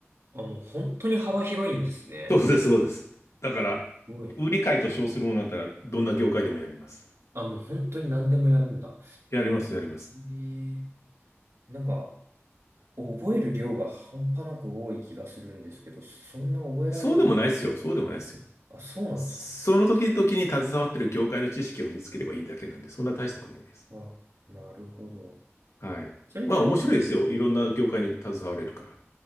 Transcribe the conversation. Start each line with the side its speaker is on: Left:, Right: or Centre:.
Right: あ、もう本当に幅広いんですね。
Left: そうです、そうです。だから、
Right: すごいな。
Left: 売り買いと称するものだったら、どんな業界でもやります。
Right: あ、もう本当に何でもやるんだ。
Left: やります、やります。
Right: ええ。なんか、覚える量が半端なく多い気がするんですけど、そんな覚えられる
Left: そうでもないですよ、そうでもないですよ。
Right: あ、そうなんですか。
Left: その時々に携わってる業界の知識を身につければいいだけなんで、そんな大したことないです。
Right: あ、なるほど。
Left: はい。
Right: それってなんか、
Left: まあ面白いですよ。いろんな業界に携われるから。